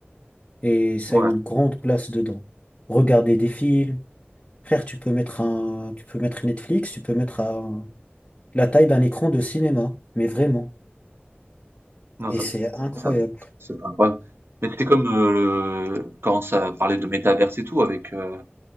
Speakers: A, on the left; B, on the right.
A: Et ça
B: Ouais.
A: a une grande place dedans. Regarder des films. Frère, tu peux mettre un, tu peux mettre Netflix, tu peux mettre un- la taille d'un écran de cinéma. Mais vraiment.
B: Non,
A: Et
B: ça,
A: c'est incroyable.
B: ça, ça- c'est pas grave. Mais c'est comme euh, le... quand ça parlait de métaverse et tout avec euh,